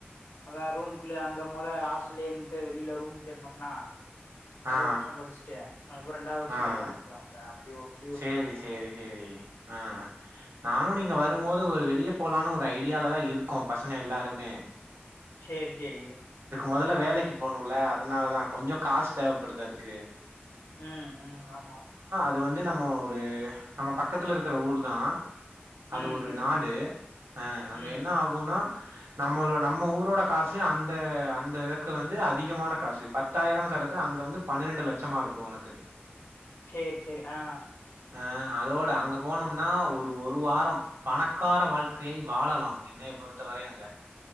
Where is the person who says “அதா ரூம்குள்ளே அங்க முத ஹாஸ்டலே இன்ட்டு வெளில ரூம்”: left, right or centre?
Left